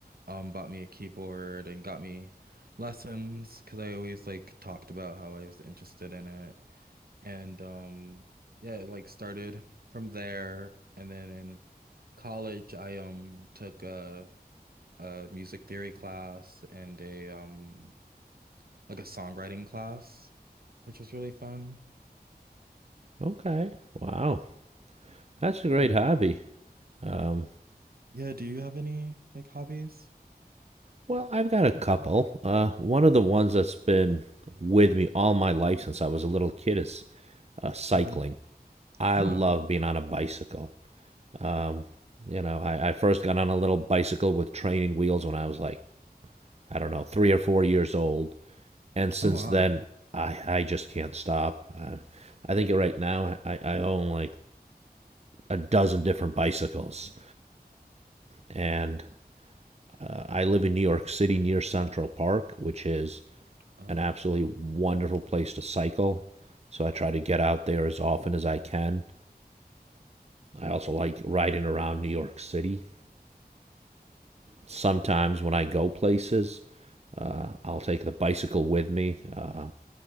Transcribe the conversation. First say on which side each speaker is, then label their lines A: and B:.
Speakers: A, on the right (about 65°); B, on the right (about 40°).
A: um bought me a keyboard and got me lessons because I always like talked about how I was interested in it. And um yeah, it like started from there. And then in college I um took a a music theory class and a um like a songwriting class, which was really fun.
B: Okay. Wow. That's a great
A: Yeah.
B: hobby. Um,
A: Yeah, do you have any like hobbies?
B: well, I've got a couple. Uh, one of the ones that's been with me all my life since I was a little kid is uh, cycling.
A: hmm
B: I
A: Oh.
B: love being on a bicycle. Um, you know, I, I first got on a little bicycle with training wheels when I was like, I don't know, three or four years old. and since
A: Oh wow.
B: then, I I just can't stop. I, I think right now I, I own like a dozen different bicycles, and uh, I live in New York City near Central Park, which is
A: Oh.
B: an absolutely wonderful place to cycle. So I try to get out there as often as I can. I also like riding around New York City. Sometimes when I go places, I'll take the bicycle with me. Uh,